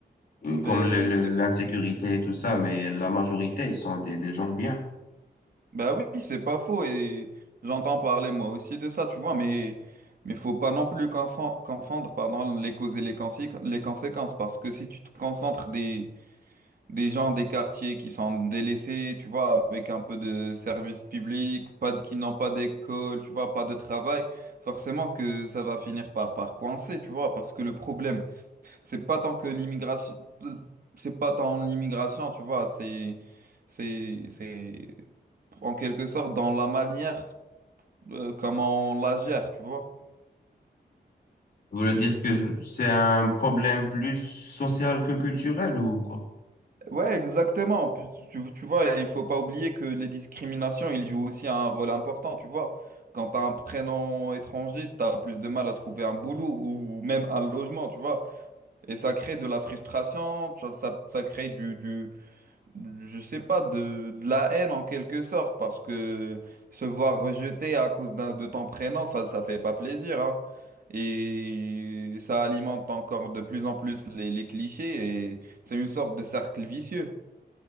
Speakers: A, on the left; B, on the right.
A: euh,
B: Ben,
A: comme le- le-
B: c'est,
A: l'insécurité et tout ça, mais la majorité sont des, des gens bien.
B: ben oui, c'est pas faux et j'entends parler moi aussi de ça, tu vois, mais mais faut pas non plus confon- confondre pardon, les causes et les consi- les conséquences parce que si tu te concentres des Des gens des quartiers qui sont délaissés, tu vois, avec un peu de service public, pas de, qui n'ont pas d'école, tu vois, pas de travail, forcément que ça va finir par, par coincer, tu vois, parce que le problème, c'est pas tant que l'immigration, c'est pas tant l'immigration, tu vois, c'est, c'est, c'est en quelque sorte dans la manière, euh, comment on la gère, tu vois.
A: Vous voulez dire que c'est un problème plus social que culturel ou quoi?
B: Ouais, exactement. Puis Tu, tu- tu vois, il faut pas oublier que les discriminations, ils jouent aussi un rôle important, tu vois. Quand tu as un prénom étranger, tu as plus de mal à trouver un boulot ou même un logement, tu vois. Et ça crée de la frustration, ça, ça, ça crée du, du, du- je sais pas, de, de la haine en quelque sorte, parce que se voir rejeté à cause d'un, de ton prénom, ça, ça fait pas plaisir, hein. Et ça alimente encore de plus en plus les, les clichés et c'est une sorte de cercle vicieux.